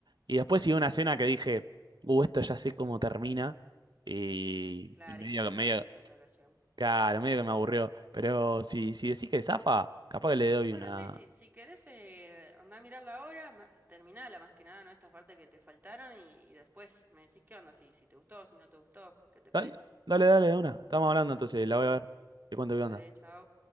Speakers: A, on the right; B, on the right.
A: Y después sigue una escena que dije, uh, esto ya sé cómo termina. Y,
B: Claro,
A: y medio,
B: dijiste, no,
A: medio.
B: ya está, hasta acá llegamos.
A: Claro, medio que me aburrió. Pero si, si decís que zafa, capaz que le doy
B: Bueno,
A: una.
B: sí, sí, si querés, eh, andá a mirar la hora, ma- terminala más que nada, ¿no? Estas partes que te faltaron y, y después me decís qué onda, si, si te gustó, si no te gustó, ¿qué te parece?
A: Dale, dale, dale, de una. Estamos hablando entonces, la voy a ver. Te cuento qué onda.
B: Dale, chao.